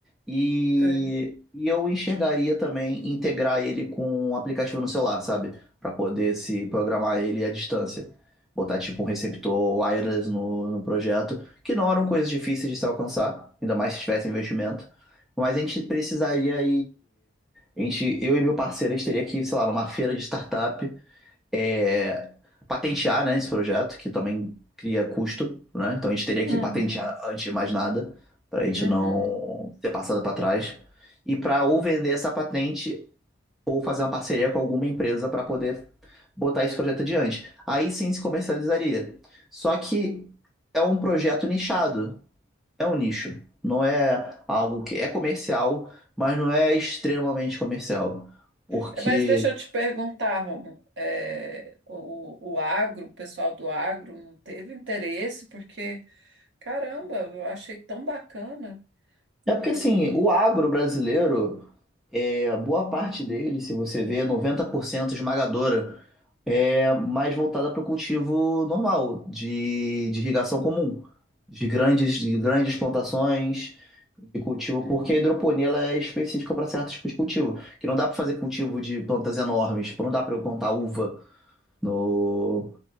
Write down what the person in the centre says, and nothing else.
E,
e eu enxergaria também integrar ele com um aplicativo no celular, sabe? Pra poder se programar ele à distância. Botar tipo um receptor wireless no, no projeto, que não eram coisas difíceis de se alcançar, ainda mais se tivesse investimento. Mas a gente precisaria a gente, eu e meu parceiro, a gente teria que, sei lá, numa feira de startup, é, patentear, né, esse projeto, que também cria custo, né? Então a gente teria que
patentear antes de mais nada, para a gente
não ser passado para trás. E para ou vender essa patente ou fazer uma parceria com alguma empresa para poder botar esse projeto adiante. Aí sim se comercializaria. Só que
é um projeto nichado. É um nicho. Não é algo que é comercial, mas não é extremamente comercial. Porque.
É
porque assim, o agro brasileiro, é, boa parte dele, se você vê, 90% esmagadora, é mais voltada para o cultivo normal, de, de irrigação comum, de grandes, de grandes plantações de cultivo,
porque a hidroponia ela é específica para certos tipos de cultivo, que não dá para fazer cultivo de plantas enormes, tipo, não dá para eu plantar uva no,